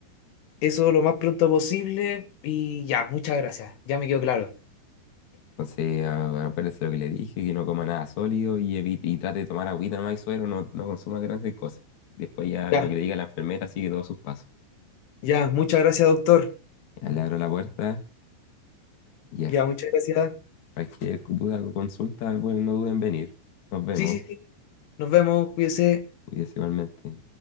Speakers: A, on the left (about 85°); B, on the left (about 45°).
A: Eso lo más pronto posible y ya, muchas gracias. Ya me quedó claro.
B: Entonces, a- acuérdese lo que le dije, que no coma nada sólido y evite, y trate de tomar agüita nomás y suero, no, no consuma grandes cosas. Después ya
A: Ya,
B: lo que le diga la enfermera sigue todos sus pasos.
A: ya. Muchas gracias, doctor.
B: Ya le abro la puerta, ya.
A: Ya, muchas gracias.
B: Cualquier duda o consulta, bueno, no duden en venir. Nos vemos.
A: Sí, sí, sí. Nos vemos, cuídese.
B: Cuídese igualmente.